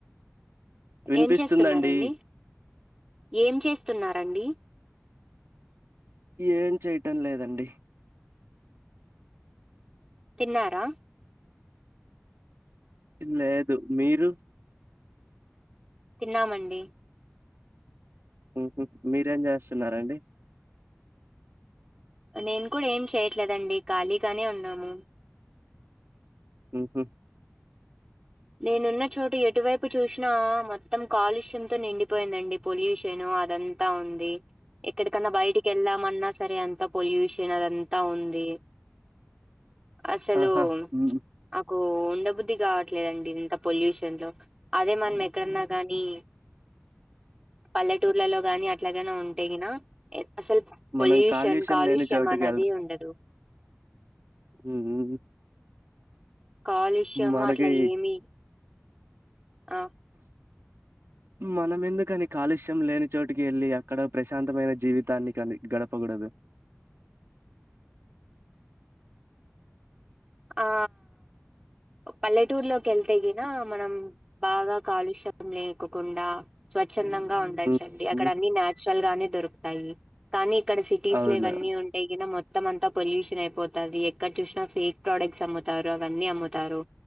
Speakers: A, on the right (about 65°); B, on the right (about 15°).
A: వినిపిస్తుందండి
B: ఏంచేస్తున్నారండి ఏంచేస్తున్నరండి
A: ఏం చేయ్యటం లేదండి
B: తిన్నారా
A: లేదు మీరు
B: తిన్నామండి
A: ఉహు మీరేం చేస్తున్నారండి
B: నేను కూడా ఏం చేయ్యట్లేదండి ఖాళీగానే ఉన్నాము
A: ఉహు
B: నేనున్న చోటు ఎటువైపు చూసినా మొత్తం కాలుష్యంతో నిండిపోయిందండి పొల్యూషను అదంతా ఉంది ఎక్కడికన్నా బయటికెల్దామన్నా సరే అంత పొల్యూషన్ అదంతా ఉంది అసలు
A: ఆహా ఉమ్,
B: నాకు ఉండబుద్ధి కాబట్ కే అండి ఇంత పొల్యూషన్ లో అదే మనం ఎక్కడన్నా గాని పల్లెటూర్లలో గానీ అట్లాగనా ఉంటే గినా అసల్
A: మనం
B: పొల్యూషన్
A: కాలుష్యం
B: కాలుష్యమనదే
A: లేని చోటుకి
B: ఉండదు
A: ఉ హుహు
B: కాలుష్యం
A: మనకి
B: అట్లా ఏమి ఆ
A: మనం ఎందుకని కాలుష్యం లేని చోటుకి వెళ్ళి అక్కడ ప్రశాంతమైన జీవితాన్ని కానీ గడప్ పకూడదు
B: ఆ పల్లెటూరులోకి ఎల్తెగిన మనం బాగా కాలుష్యం లేకకుండా స్వచ్ఛందంగా ఉంట డొచ్చండి
A: ఉమ్,
B: అక్కడ
A: ఉమ్,
B: అన్నిచురల్ గానే దొరుకుతాయి కానీ ఇక్కడ సిటీస్
A: అవును
B: లో ఇవన్న ఉ ఎగినా మొత్తం అంతా పొల్యూషన్ అయిపోతాది ఎక్కడ చూసినా ఫేక్ ప్రోడక్ట్స్ అమ్ముతారు అవన్నీ అమ్ముతారు